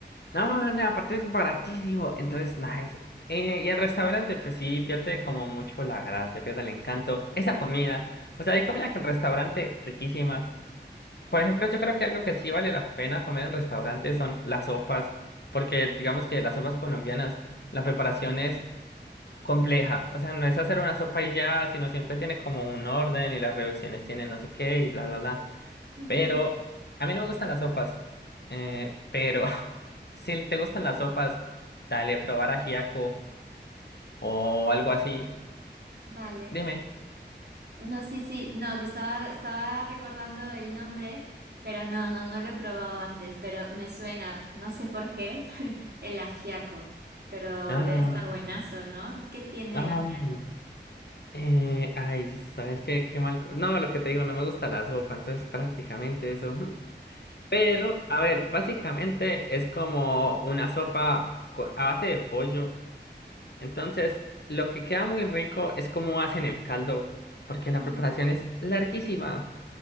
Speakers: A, on the left; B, on the right.
A: no, no, aparte es baratísimo, entonces, nice. Eh, y el restaurante, pues sí, pierde como mucho la gracia, pierde el encanto. Esa comida, o sea, hay comida que en restaurante riquísima. Por ejemplo, yo creo que algo que sí vale la pena comer en restaurante son las sopas, porque digamos que las sopas colombianas, la preparación es compleja. O sea, no es hacer una sopa y ya, sino siempre tiene como un orden y las reducciones tienen no sé qué y bla, bla, bla.
B: Ujú.
A: Pero a mí no me gustan las sopas. Eh, pero <laughs> si te gustan las sopas, dale, probar ajiaco o algo así.
B: Vale.
A: Dime.
B: No, sí, sí, no, que estaba, estaba recordando el nombre, pero no, no, no lo he probado antes, pero me suena, no sé por qué, <laughs> el ajiaco, pero
A: No,
B: debe
A: no,
B: estar
A: listo.
B: buenazo, ¿no? ¿Qué tiene
A: no.
B: el ajiaco?
A: no. Eh, ay, ¿sabes qué? Qué mal. co- No, lo que te digo, no me gusta la sopa, entonces prácticamente eso. mm. Pero, a ver, básicamente es como una sopa co- a base de pollo Entonces, lo que queda muy rico es cómo hacen el caldo, porque la
B: Mm,
A: preparación es larguísima.